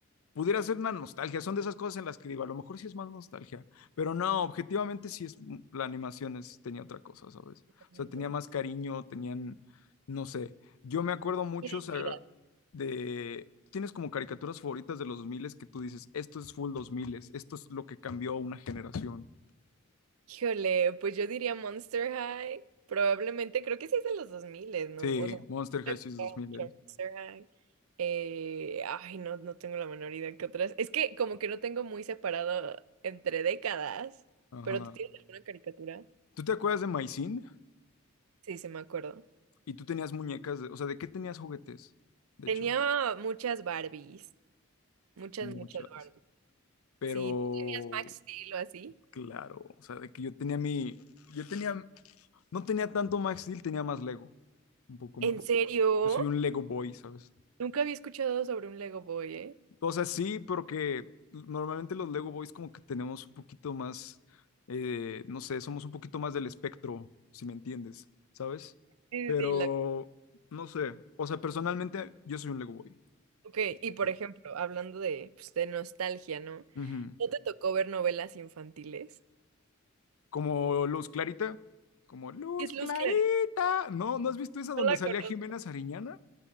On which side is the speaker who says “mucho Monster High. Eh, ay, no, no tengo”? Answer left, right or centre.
Right